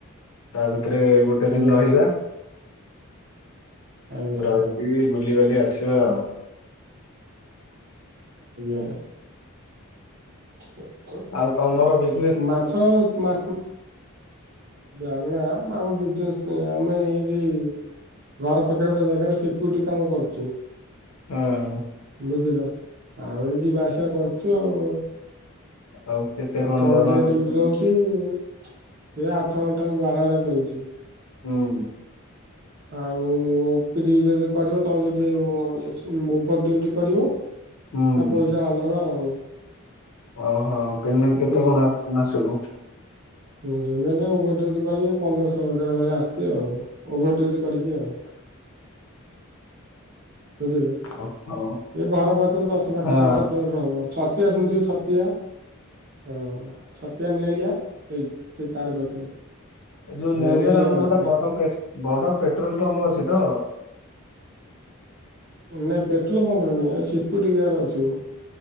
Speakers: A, on the left (about 80°); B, on the right (about 45°).
A: ତା ଭିତରେ ଗୋଟେ
B: ଆଜ୍ଞା
A: ଦିନ ରହିବା।
B: ଆଜ୍ଞା
A: ରହିକି ବୁଲିିବାଲି ଆସିବା ଆଉ।
B: ଆଜ୍ଞା। ହ <unintelligible>
A: ଆଉ ତମର ବି
B: ମାଛ ମା ଆ ଆମ ବିଜ ନ ଆମେ ଏଇ ଯ ଘର ପାଖରେ ଗୋଟେ ଜାଗାରେ ସିକ୍ୟୁରିଟି କାମ କରୁଛୁ।
A: ହଁ।
B: ବୁଝିଲ? ଆଉ ଏଇ ଯିବା ଆସିବା କରୁଛୁ ଆଉ।
A: ଆଉ କେତେ
B: ଆଠ
A: କଣ
B: ଘଣ୍ଟିଆ
A: ଦରମା
B: ଡ୍ୟୁଟି
A: କେତେ
B: ରହୁଛି। ସେ ଆଠ ଘଣ୍ଟା କୁ ବାର ହଜାର ଦଉଛି।
A: ହୁଁ।
B: ଆଉ ଫ୍ରୀ ଯଦି କରିବ, ତମେ ଯଦି ଓଭର ଡିଉଟି କରିବ
A: ହୁଁ
B: ତା ପଇସା ଅଲଗା ଆଉ।
A: ଓହୋ ପେମେଣ୍ଟ କେତେ
B: ବୁଝିଲେ
A: କଣ ଆସିୁଛି ମାସକୁ?
B: ଓଭର ଡୁଟି କର ପନ୍ଦର ହ ହଜାର ଭଳିଆ ଆସୁଛି ଆଉ ଓଭର ଡିଉଟି କରିକି ଆଉ। ବୁଝିଲେ।
A: ଓହୋ
B: ଏ ଘର ପାଖରୁ ଦଶ ପାଖ
A: ହଁ
B: ଦଶ କିଲୋମିଟର ହବ। ଛତିଆ ଶୁଣିୁଛ ଛତିଆ ହ ଛତିଆ ନେଳିଆ ସେଇ ସେ ତାର ପାଖରେ।
A: ଯୋଉ
B: ଆଜ୍ଞା
A: ନେଳିଆରେ
B: ନେଳିଆ
A: ଆମର
B: ପାଖରେ
A: ଗୋଟେ ବଡ ବଡ ପେଟ୍ରୋଲ ପମ୍ପ ଅଛି ତ?
B: ନାଇଁ ପେଟ୍ରୋଲ ପମ୍ପ ର ନାଇଁ ସିକୁରିଟି ଗାର୍ଡ ଅଛୁ।